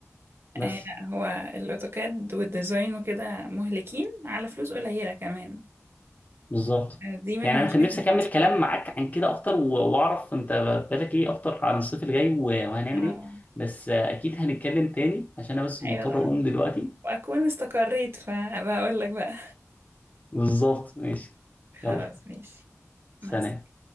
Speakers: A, on the left (about 30°); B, on the right (about 55°).
A: بس
B: آه، لا، هو الاوتوكاد والديزاين وكده مهلكين على فلوس قليلة كمان
A: بالظبط
B: دي من
A: يعني
B: مشاكل
A: انا كان نفسي اكمل
B: اصلا
A: كلام معاك عن كده اكتر و- واعرف انت بالك ايه اكتر عن الصيف الجاي و- وهنعمل
B: اه
A: ايه بس آه، اكيد هنتكلم تاني عشان انا بس مضطر
B: ايوه طبعا
A: اقوم دلوقتي
B: واكون استقريت فبقول لك بقى
A: بالظبط ماشي
B: خلاص
A: يلا
B: ماشي
A: سلام
B: مع السلامه